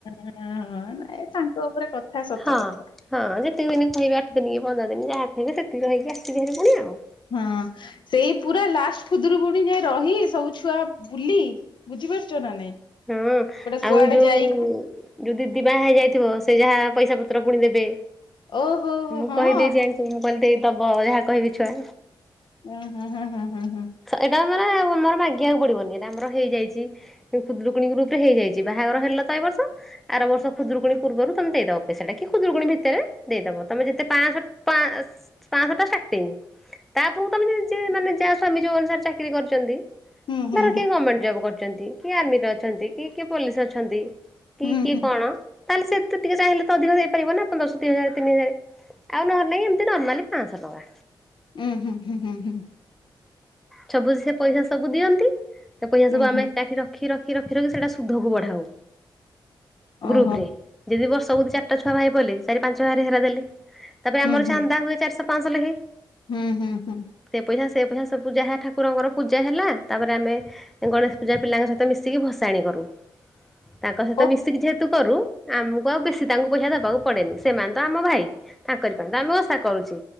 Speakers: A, on the left; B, in the centre.
A: ହଁ ନାଇଁ ତାଙ୍କ ଉପରେ କଥା ସତ
B: ହଁ। ହଁ
A: କଥା
B: ଯେତିକି ଦିନ କହିବେ ଆଠ ଦିନ, କି ପନ୍ଦର ଦିନ, ଯାହା କହିବେ ସେତିକି କହିକି ଆସିବି ହାରି ପୁଣି ଆଉ।
A: ହୁଁ। ସେଇ ପୁରା ଲାଷ୍ଟ ଖୁଦୁରୁକୁଣୀ ଯାଏଁ ରହି, ସବୁ ଛୁଆ ବୁଲି ବୁଝିପାରୁଛ ନା ନାଇଁ?
B: ହଁ।
A: ଗୋଟେ
B: ଆଉ
A: କୁଆଡେ
B: ଯୋଉ
A: ଯାଇକି
B: ଯୋଉ ଦିଦି ବାହା ହେଇଯାଇଥିବ, ସେ ଯାହା ପଇସା ପତ୍ର ପୁଣି ଦେବେ,
A: ଓହୋ ହୋ
B: ମୁଁ
A: ହଁ
B: କହିଦେଇଛି ଆଙ୍କୁ ମୁଁ କହିଲି ଦେଇ ଦବ ଯାହା କହିବି ଛୁଆ।
A: ଉଁ ହୁଁ-ହୁଁ-ହୁଁ-ହୁଁ-ହୁଁ-ହୁଁ।
B: ଏଇଟା ମାନେ ମୋର ମାଗିବାକୁ ପଡିବନି ଏଟା ଆମର ହେଇଯାଇଛି ଖୁଦୁରୁକୁଣୀ ଗ୍ରୁପରେ ହେଇଯାଇଛି, ବାହାଘର ହେଲା ତ ଏଇ ବର୍ଷ, ଆର ବର୍ଷ ଖୁଦୁରୁକୁଣୀ ପୂର୍ବରୁ ତମ ଦେଇଦବ। ପଇସାଟା କି ଖୁଦୁରୁକୁଣୀ ଭିତରେ ଦେଇଦବ। ତମେ ଯେତେ ପାଆଁଶ ପାଆଁ ପାଆଁଶଟା ଷ୍ଟାର୍ଟିଂ। ତାପରକୁ ତମେ ଯେ ଯା ମାନେ ଯାହା ସ୍ୱାମୀ ଯୋଉ ଅନୁସାରେ ଚାକିରୀ କରିଛନ୍ତି,
A: ହୁଁ ହୁଁ ହୁଁ
B: ଧର କିଏ ଗମେଣ୍ଟ ଜବ କରି ଚନ୍ତି, କିଏ ଆର୍ମିରେ ଅଛନ୍ତି, କି କିଏ ପୋଲିସ ଅଛନ୍ତି, କି
A: ହୁଁ ହୁଁ
B: କିଏ
A: ହୁଁ
B: କଣ ତାହେଲେ ସେ ତ ଟିକେ ଚାହିଁଲେ ତ ଅଧିକ ଦେଇପାରିବ ନା, ପନ୍ଦରଶ, ଦି ହଜାର, ତିନି ହଜାର। ଆଉ ନହେଲେ ନାହିଁ ଏମିତି ନର୍ମାଲି ପାଆଁଶ ଟଙ୍କା।
A: ଉଁ-ହୁଁ-ହୁଁ-ହୁଁ-ହୁଁ।
B: ସବୁ ସେ ପଇସା ସବୁ ଦିଅନ୍ତି, ସେ ପଇସା
A: ହୁଁ
B: ସବୁ ଆମେ
A: ହୁଁ
B: ଏକାଠି ରଖ ରଖି, ରଖି, ରଖି, ରଖି ସେଇଟା ସୁଧକୁ ବଢ଼ାଉ,
A: ଓହୋ
B: ଗ୍ରୁପରେ। ଯଦି ବର୍ଷକୁ ଦି ଚାରି ଛୋଟ ଛୁଆ ଭାଇ ବୋଲି ଚାରି ପାଞ୍ଚ ହଜାର ହେଇରା ଦେଲେ, ତାପରେ
A: ହୁଁ
B: ଆମର
A: ହୁଁ
B: ଚାନ୍ଦା ହୁଏ ଚାରିଶ ପାଆଁଶ ଲେଖାଏଁ
A: ହୁଁ ହୁଁ ହୁଁ।
B: ସେ ପଇସା ସେ ପଇସା ସବୁ ପୂଜା ଯାହା ଠାକୁରଙ୍କର ପୂଜା ହେଲା, ତାପରେ ଆମେ ଗଣେଶ ପୂଜା ପିଲାଙ୍କ ସହିତ ମିଶିକି ଭସାଣି କରୁ। ତାଙ୍କ ସହିତ
A: ଓ
B: ମିଶିକି ଯେହେତୁ କରୁ, ଆମକୁ ଆଉ ବେଶୀ ତାଙ୍କୁ ପଇସା ଦବାକୁ ପଡେନି। ସେମାନେ ତ ଆମ ଭାଇ ତାଙ୍କରି ପାଇଁ ତ ଆମେ ଓସା କରୁଛୁ